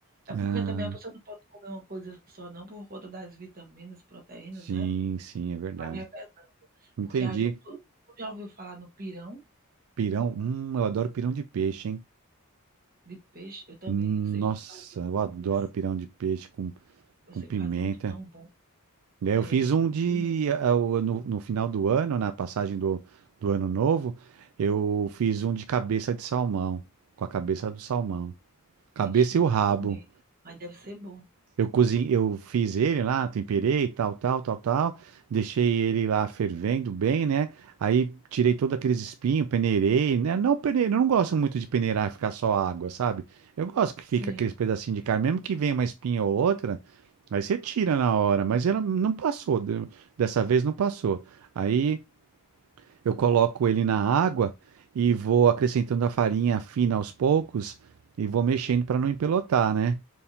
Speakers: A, on the right; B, on the right.
A: É porque
B: Ah,
A: também a pessoa não pode comer uma coisa só, não, por conta das vitaminas, proteínas,
B: sim,
A: né?
B: sim, é verdade.
A: Vai revezando.
B: Entendi.
A: Porque a gente. Tu, tu já ouviu falar no pirão
B: Pirão, hum, eu adoro pirão de peixe, hein?
A: de peixe? Eu também.
B: Hum,
A: Eu sei
B: Nossa,
A: fazer um
B: eu
A: bom,
B: adoro
A: viu?
B: pirão de peixe com,
A: Eu
B: com
A: sei
B: pimenta.
A: fazer um tão bom.
B: Daí Eu
A: É,
B: fiz um
A: com
B: de.
A: pimenta.
B: ah, o- No, no final do ano, na passagem do, do ano novo, eu fiz um de cabeça de salmão, com a cabeça do salmão. Cabeça
A: Ixi, nunca
B: e o rabo.
A: comi. Mas deve ser bom.
B: Eu cozinhei, eu fiz ele lá, temperei, tal, tal, tal, tal. Deixei ele lá fervendo bem, né? Aí tirei todos aqueles espinhos, peneirei, né? Não peneirei, eu não gosto muito de peneirar e ficar só água, sabe? Eu gosto que fica
A: Sim,
B: aqueles pedacinhos de carne, mesmo que venha uma espinha ou outra, aí você tira na hora, mas ela não passou, de- dessa vez não passou. Aí eu coloco ele na água e vou acrescentando a farinha fina aos poucos e vou mexendo para não empelotar, né?